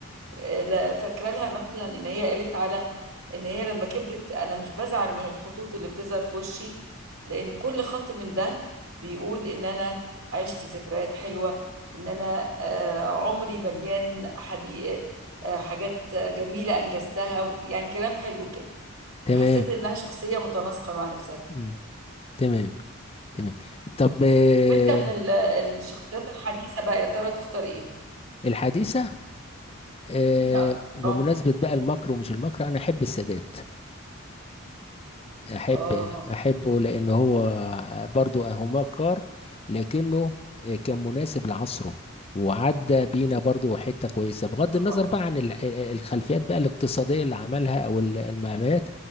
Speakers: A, on the right (about 75°); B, on the left (about 25°).
A: لا- فاكره لها مثلا ان هي قالت على ان هي لما كبرت انا مش بزعل من الخطوط اللي بتظهر في وشي لان كل خط من ده بيقول ان انا عشت ذكريات حلوه وان انا آه، عمري مليان حديقة آه، حاجات جميله انجزتها يعني كلام حلو كده
B: تمام
A: فحسيت انها شخصيه متناسقه مع نفسها كده.
B: مم. تمام تمام طب آه
A: وانت من ال- الشخصيات الحديثه بقى يا ترى تختار ايه؟
B: الحديثة آه
A: مين أكتر؟
B: بمناسبة
A: اه
B: بقى المكر ومش المكر أنا أحب السادات احب
A: اه
B: احبه لان هو برضو هوماكار لكنه كان مناسب لعصره وعدى بينا برضو حتة كويسة بغض
A: طبعا
B: النظر بقى عن ال- الخلفيات بقى الاقتصادية اللي عملها او ال- المهمات